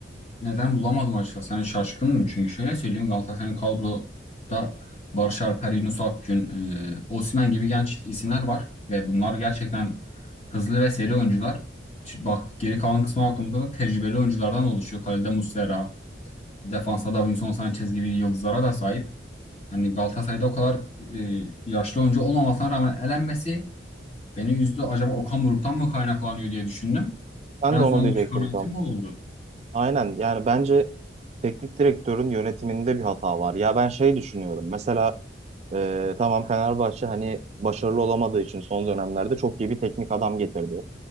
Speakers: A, on the left; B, on the right.
A: Neden bulamadım açıkçası? Yani şaşkınım çünkü şöyle söyleyeyim Galatasaray'ın kadroda Barış Alper, Yunus Akgün, e, Osimhen gibi genç isimler var ve bunlar gerçekten hızlı ve seri oyuncular. Şimdi Bak geri kalan kısma baktığımızda da tecrübeli oyunculardan oluşuyor. Kalede Muslera, defansta Davinson Sanchez gibi yıldızlara da sahip. Hani Galatasaray'da o kadar e, yaşlı oyuncu olmamasına rağmen elenmesi beni üzdü. Acaba Okan Buruk'tan mı kaynaklanıyor diye düşündüm.
B: Ben
A: En
B: de onu
A: son
B: diyecektim
A: ki kanaatim
B: tam.
A: o oldu.
B: Aynen yani bence teknik direktörün yönetiminde bir hata var. Ya ben şey düşünüyorum mesela e, tamam Fenerbahçe hani başarılı olamadığı için son dönemlerde çok iyi bir teknik adam getirdi.